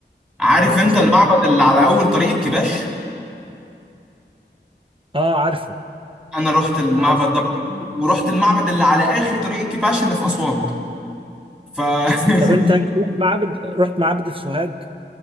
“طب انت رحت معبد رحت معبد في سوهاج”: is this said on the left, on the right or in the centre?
Right